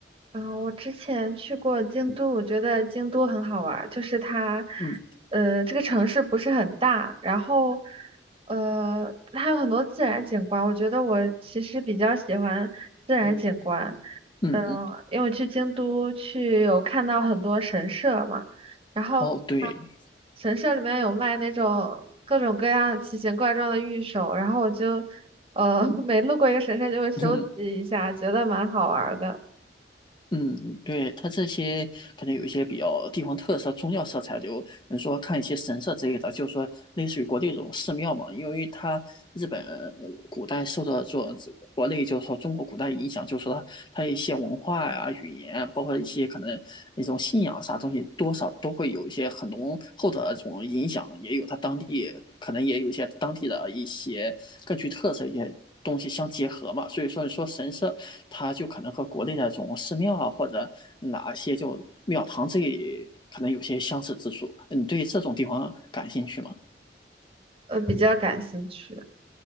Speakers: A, on the right; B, on the left.
A: 啊，我之前去过京都，我觉得京都很好玩儿，就是它，
B: 嗯
A: 呃，这个城市不是很大，然后，呃，它有很多自然景观，我觉得我其实比较喜欢自然景观，
B: 嗯嗯嗯，
A: 嗯，因为我去京都去有看到很多神社嘛，然后
B: 哦对，
A: 神社里面有卖那种各种各样奇形怪状的玉手，然后我就，呃，<laughs> 每路过一个神社就会收集一下，
B: <laughs> 嗯
A: 觉得蛮好玩儿的。
B: 嗯，对，它这些可能有一些比较地方特色、宗教色彩，就你说看一些神社之类的，就是说类似于国内这种寺庙嘛，因为它日本呃古代受到这种国内就是说中国古代影响，就是说它它一些文化呀、语言，包括一些可能一种信仰啥东西，多少都会有一些很浓厚的这种影响，也有它当地可能也有一些当地的一些更具特色一些东西相结合嘛，所以说你说神社。它就可能和国内那种寺庙啊或者哪些就庙堂这里可能有些相似之处。你对这种地方感兴趣吗？
A: 呃比较感兴趣。